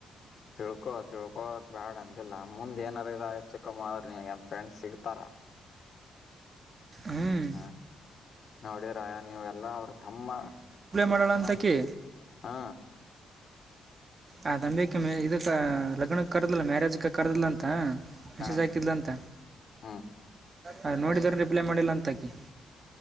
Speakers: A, on the left; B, on the right.
A: ತಿಳ್ಕೊ ತಿಳ್ಕೊಕ್ ಬ್ಯಾಡ ಅಂದಿಲ್ಲಾ ಮುಂದ್ ಏನಾರ ಇದ ಹೆಚ್ಚ ಕಮ್ಮ ಆದರೆ ನಿನಗೆನ ಫ್ರೆಂಡ್ಸ್ ಸಿಗ್ತಾರ
B: ಹ್ಮ್
A: ಹಾ ನೋಡಿರ ನೀವೆಲ್ಲಾ ಅವರ ತಮ್ಮ
B: ಮಾಡೆಳ ಅಂತಕಿ
A: ಹಾ
B: ಆ ನಂಬಿಕೆ ಮ ಇದಕ್ ಲಗ್ನ ಕರ್ದಿಲ್ಲ ಮ್ಯಾರೇಜ್ ಕ ಕರದಿಲ್ಲ ಅಂತ ಮೆಸೇಜ್
A: ಹ
B: ಹಾಕಿದಲ್ಲ ಅಂತ
A: ಹ್ಮ್
B: ಅ ನೋಡಿದ್ರ ರಿಪ್ಲೈ ಮಾಡಿಲ್ಲ ಅಂತಾಕಿ